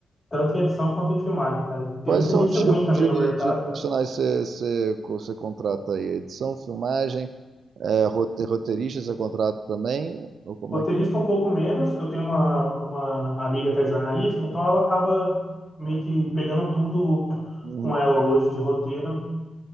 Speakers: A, on the left; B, on the right.
A: tanto em edição quanto em filmagem, cara. Tem
B: Quais
A: muita
B: são
A: gente
B: os tipos
A: ruim também
B: de,
A: no mercado,
B: de profissionais
A: cara.
B: você você- você contrata aí? Edição, filmagem, é, rote- roteirista você contrata também? Ou como
A: O roteirista
B: é que é?
A: um pouco menos. Eu tenho uma, uma amiga que é jornalista, então ela acaba meio que pegando tudo
B: Uhum,
A: com ela hoje de roteiro